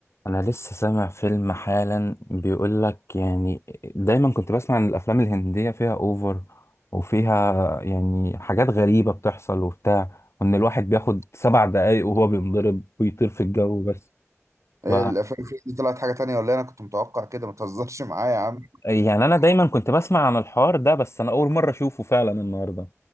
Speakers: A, on the left (about 60°); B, on the right (about 75°).
A: انا لسه سامع فيلم حالا بيقول لك يعني دايما كنت بسمع ان الافلام الهندية فيها اوفر وفيها يعني حاجات غريبة بتحصل وبتاع وان الواحد بياخد سبع دقايق وهو بينضرب ويطير في الجو بس
B: ايه
A: ف
B: الافلام فيه دي طلعت حاجه تانية ولا إيه؟ انا كنت متوقع كده ما تهزرش <laughs> معايا يا عم
A: يعني انا دايما كنت بسمع عن الحوار ده بس انا اول مرة اشوفه فعلا النهاردة